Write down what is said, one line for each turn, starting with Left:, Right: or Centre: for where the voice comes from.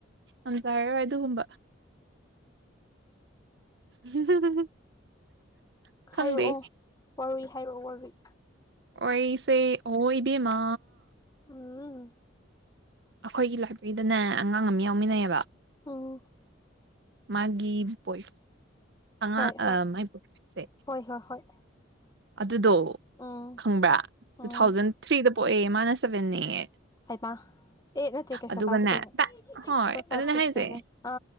Right: ꯌꯥꯝꯝꯖꯔꯔꯣꯏ ꯑꯗꯨꯒꯨꯝꯕ <unintelligible> ꯈꯪꯗꯦ
Left: ꯍꯥꯏꯔꯛꯑꯣ ꯋꯥꯔꯨꯏ ꯍꯥꯏꯔꯛꯑꯣ ꯋꯥꯔꯨꯏ
Right: ꯑꯣꯏꯣꯏꯁꯦ ꯑꯣꯏ ꯏꯕꯤ ꯃꯥ
Left: ꯎꯝ
Right: ꯑꯩꯈꯣꯏꯒꯤ ꯂꯥꯏꯕ꯭ꯔꯦꯔꯤꯗꯅꯦ ꯑꯉꯥꯡ ꯑꯃ ꯌꯥꯎꯃꯤꯟꯅꯩꯌꯦꯕ
Left: ꯑꯣ
Right: ꯃꯥꯒꯤ ꯣꯏ ꯑꯉꯥꯡ
Left: ꯍꯣꯏ ꯍꯣꯏ
Right: ꯃꯥꯏ ꯕꯣꯏꯁꯦ
Left: ꯍꯣꯏ ꯍꯣꯏ ꯍꯣꯏ
Right: ꯑꯗꯨꯗꯣ
Left: ꯎꯝ
Right: ꯈꯪꯕ꯭ꯔꯥ ꯇꯨ
Left: ꯎꯝ
Right: ꯊꯥꯎꯖꯟ ꯊ꯭ꯔꯤꯗ ꯄꯣꯛꯑꯦ ꯃꯥꯅ ꯁꯕꯦꯟ ꯅꯦꯛꯉꯦ
Left: ꯍꯥꯏ ꯃꯥ ꯑꯦ ꯅ ꯀꯩꯁ
Right: ꯑꯗꯨꯒꯅꯦ
Left: ꯀꯥꯏꯗꯤ ꯀ
Right: ꯇꯥꯛ ꯍꯣꯏ
Left: ꯐ ꯐ
Right: ꯑꯗꯨꯅꯦ
Left: ꯁꯤ
Right: ꯍꯥꯏꯁꯦ
Left: ꯑ